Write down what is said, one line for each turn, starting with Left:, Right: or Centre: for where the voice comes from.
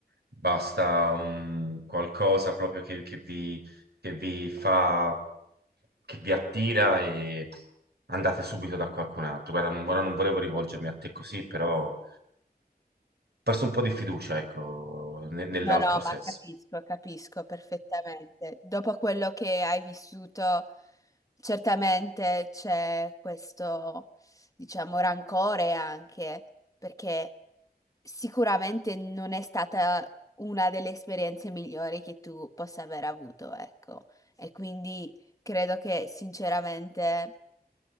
Right: basta un qualcosa proprio che, che vi, che vi fa, che vi attira e andate subito da qualcun altro. Guarda, non, ora non volevo rivolgermi a te così, però ho perso un po' di fiducia, ecco, ne- nell'altro
Left: No, no,
Right: sesso.
Left: ma capisco, capisco perfettamente. Dopo quello che hai vissuto, certamente c'è questo, diciamo, rancore anche, perché sicuramente non è stata una delle esperienze migliori che tu possa aver avuto, ecco. E quindi credo che sinceramente